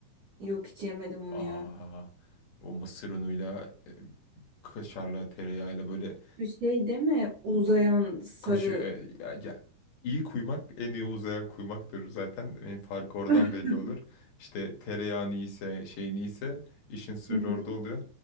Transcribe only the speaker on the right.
Yok hiç yemedim onu
ya.
Şu şey deme uzayan sarı.
Hı hı.
<laughs>